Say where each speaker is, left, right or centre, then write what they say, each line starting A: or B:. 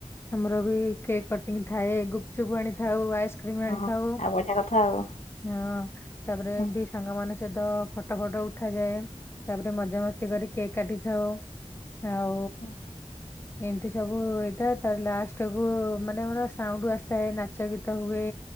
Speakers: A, on the left; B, on the left.
A: ଆମର ବି କେକ୍ କଟିଂ ଥାଏ। ଗୁପଚୁପ୍ ଆଣିଥାଉ। ଆଇସ୍ ଆଇସକ୍ରିମ୍ ଆଣିଥାଉ।
B: ଓହୋ ଆଉ ବଢିଆ କଥା ଆଉ
A: ହଁ ତାପରେ
B: ହୁଁ
A: ଏମିତି ମାନେ ସହିତ ଫଟୋ ଫଟ ଉଠାଯାଏ। ତାପରେ ମଜାମସ୍ତି କରିକି କେକ୍ କାଟିଥାଉ। ଆଉ
B: ହୁଁ ହୁଁ।
A: ଏମିତି ସବୁ ହେଇଥାଏ। ତାପରେ ଲାଷ୍ଟ କୁ ମାନେ ଆମର ସାଉଣ୍ଡ ଆସିଥାଏ ନାଚ ଗୀତ ହୁଏ।